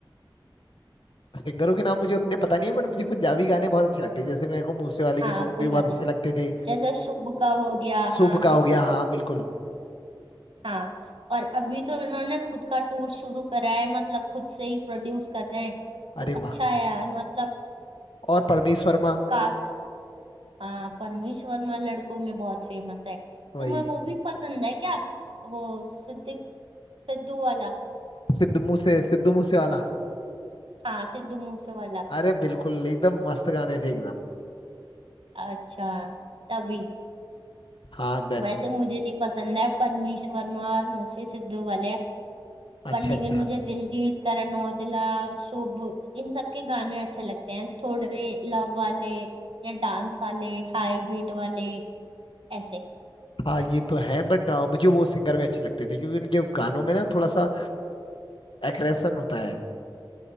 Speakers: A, on the left; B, on the right.
A: सिंगरों के नाम मुझे उतने पता नहीं है बट मुझे पंजाबी गाने बहुत अच्छे लगते हैं जैसे मेरे को मूसे वाले
B: हाँ
A: के सॉन्ग
B: कोई
A: भी बहुत
B: बात
A: अच्छे
B: नहीं
A: लगते थे
B: जैसे शुभ का हो गया
A: शुभ
B: हाँ
A: का
B: बिल्कुल
A: हो गया हाँ बिल्कुल
B: हाँ और अभी तो इन्होंने खुद का टूर शुरू करा है मतलब खुद से ही प्रोड्यूस कर रहे हैं
A: अरे
B: तो अच्छा
A: वाह
B: है यार मतलब
A: और परमीश वर्मा
B: का हाँ परमीश वर्मा लड़कों में बहुत फेमस है
A: वही
B: तुम्हें वो भी पसंद है क्या वो सिद्दिक सिद्धू वाला
A: सिद्धू मूसे सिद्धू मूसे वाला
B: हाँ सिद्धू मूसे वाला
A: अरे बिल्कुल एकदम मस्त गाने थे एकदम
B: अच्छा तभी
A: हाँ देन
B: वैसे मुझे नहीं पसंद है परमीश वर्मा और मूसे सिद्धू वाले
A: अच्छा
B: पर लेकिन
A: अच्छा
B: मुझे दिलजीत करण औजला शुभ इन सब के गाने अच्छे लगते हैं थोड़े लव वाले या डांस वाले हाई बीट वाले ऐसे
A: हाँ ये तो है बट मुझे वो सिंगर भी अच्छे लगते थे क्योंकि उनके गानों में ना थोड़ा सा एग्रेशन होता है